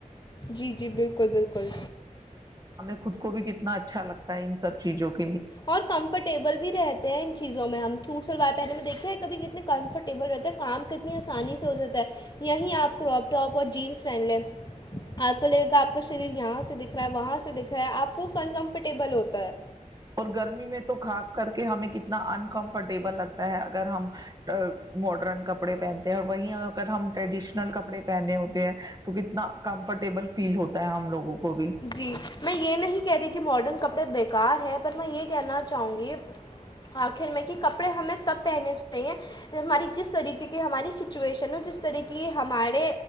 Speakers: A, on the left (about 30°); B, on the right (about 25°).
A: جی جی بالکل بالکل
B: خود کو بھی کتنا اچھا لگتا ہے ان سب چیزوں کا
A: اور کمفرٹیبل بھی رہتے ہیں ان چیزوں میں ہم سوٹ شلوار پہنے میں دیکھتے ہے کبھی کتنے کمفرٹیبل رہتا ہے کام کتنی آسانی سے ہو جاتا ہے یہیں آپ کراپ ٹاپ اور جینس پہن لیں آپ کو لگے گا آپ کا شریر یہاں سے دکھ رہا ہے وہاں سے دکھ رہا ہے آپ کو کن کمفرٹیبل ہوتا ہے
B: اور گرمی میں تو خاص کر کے ہمیں کتنا انکمفرٹیبل لگتا ہے اگر ہم ماڈرن کپڑے پہنتے ہیں اور وہ اگر ہم ٹریڈیشنل کپڑے پہنے ہوتے ہیں تو کتنا کمفرٹیبل فیل ہوتا ہے ہم لوگوں کو بھی
A: جی میں یہ نہیں کہہ رہی کہ ماڈرن کپڑے ب کار ہے پر میں یہ کہنا چاہوں گی آخر میں کہ کپڑے ہمیں تب پہنے چاہے ہماری جس طریقے کی ہماری سچویشن ہو جس طریقے ہمارے